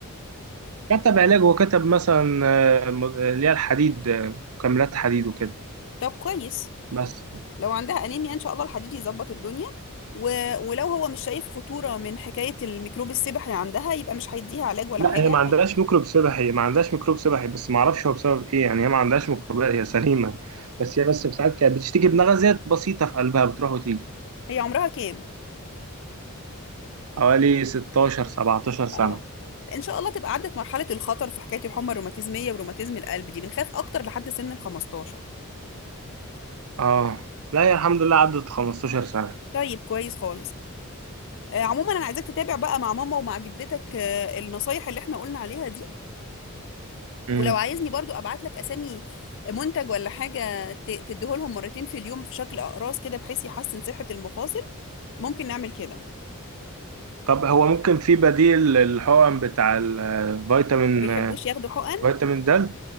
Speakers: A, on the right; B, on the left.
A: كتب علاج وكتب مثلا آه، م- آه، اللي هي الحديد آه، مكملات حديد وكده
B: طب كويس
A: بس
B: لو عندها انيميا ان شاء الله الحديد يظبط الدنيا و... ولو هو مش شايف خطورة من حكاية الميكروب السبحي عندها يبقى مش هيديها علاج ولا
A: لا
B: حاجة
A: هي ما عندهاش
B: هي
A: ميكروب سبحي هي ما عندهاش ميكروب سبحي بس ما اعرفش هو بسبب ايه يعني هي ما عندهاش ميكروبات هي سليمه بس هي بس ساعات كانت بتشتكي بنغزات بسيطه في قلبها بتروح وتيجي
B: هي عمرها كام
A: حوالي 16 17
B: اه
A: سنه
B: ان شاء الله تبقى عدت مرحلة الخطر في حكاية الحمى الروماتيزمية وروماتيزم القلب دي بنخاف اكتر لحد سن ال 15
A: اه لا هي الحمد لله عدت 15 سنه
B: طيب كويس خالص آه، عموما انا عايزاك تتابع بقى مع ماما ومع جدتك آه، النصايح اللي احنا قلنا عليها دي
A: امم
B: ولو عايزني برضو ابعت لك اسامي منتج ولا حاجة ت- تديهولهم مرتين في اليوم في شكل اقراص كده بحيث يحسن صحة المفاصل ممكن نعمل كده
A: طب هو ممكن في بديل للحقن بتاع الفيتامين
B: ما بيحبوش ياخدوا حقن
A: فيتامين د